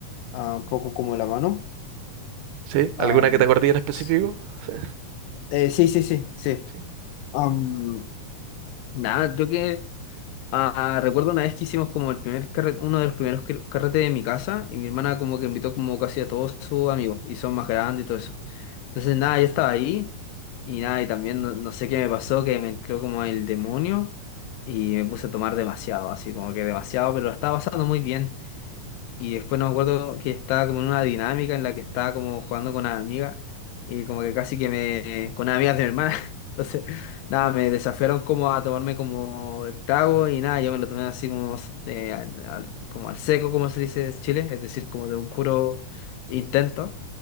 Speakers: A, on the left (about 85°); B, on the right (about 80°).
A: ah, un poco como la mano.
B: ¿Sí?
A: Am,
B: ¿Alguna que te acordé en específico?
A: s-
B: Sí,
A: eh, sí, sí, sí, sí.
B: sí,
A: Am, nada, creo que Ah, recuerdo una vez que hicimos como el primer carre- uno de los primeros que- carretes de mi casa y mi hermana como que invitó como casi a todos sus amigos y son más grandes y todo eso. Entonces nada, yo estaba ahí y nada, y también no, no sé qué me pasó, que me entró como el demonio y me puse a tomar demasiado, así como que demasiado, pero lo estaba pasando muy bien. Y después no me acuerdo que estaba como en una dinámica en la que estaba como jugando con una amiga y como que casi que me... con unas amigas de mi hermana. <laughs> Entonces, nada, me desafiaron como a tomarme como el trago y nada, yo me lo tomé así como, eh, al, al- como al seco, como se dice en Chile, es decir, como de un puro intento.